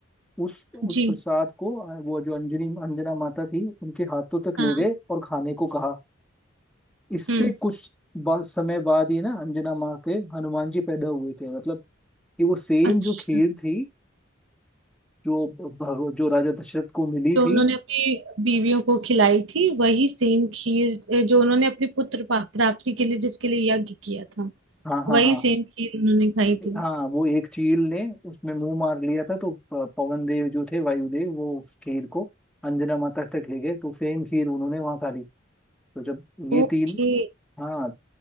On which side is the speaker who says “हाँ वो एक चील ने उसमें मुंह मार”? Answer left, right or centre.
Centre